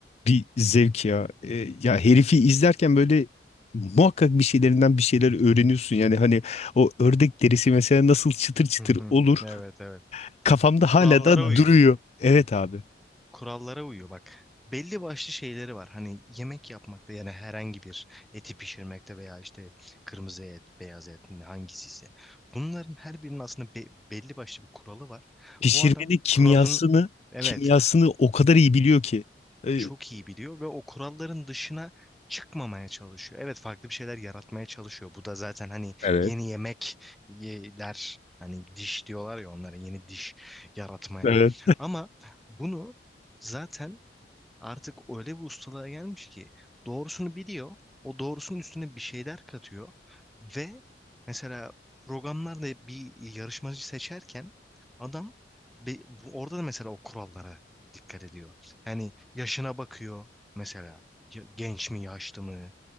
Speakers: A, on the left; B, in the centre.
A: bir zevk ya. E, ya herifi izlerken böyle muhakkak bir şeylerinden bir şeyler öğreniyorsun. Yani hani o ördek derisi mesela nasıl çıtır çıtır
B: Hı hı.
A: olur
B: Evet evet.
A: kafamda hala
B: Kurallara
A: da
B: uyuyor.
A: duruyor. Evet abi.
B: kurallara uyuyor bak. Belli başlı şeyleri var. Hani yemek yapmakta yani herhangi bir eti pişirmekte veya işte kırmızı et, beyaz et hangisi ise. Bunların her birinin aslında be- belli başlı bir kuralı var.
A: Pişirmenin
B: Bu adam
A: kimyasını
B: kuralın evet
A: kimyasını o kadar iyi biliyor ki. E,
B: çok iyi biliyor ve o kuralların dışına çıkmamaya çalışıyor. Evet farklı bir şeyler yaratmaya çalışıyor. Bu da zaten hani
A: Evet.
B: yeni yemekler hani diş diyorlar ya onlara yeni diş yaratmaya.
A: Evet.
B: Ama bunu zaten Artık öyle bir ustalığa gelmiş ki doğrusunu biliyor. O doğrusunun üstüne bir şeyler katıyor. Ve mesela programlarda bir yarışmacı seçerken adam be- bu- orada da mesela o kurallara dikkat ediyor. Yani yaşına bakıyor mesela Ya- genç mi yaşlı mı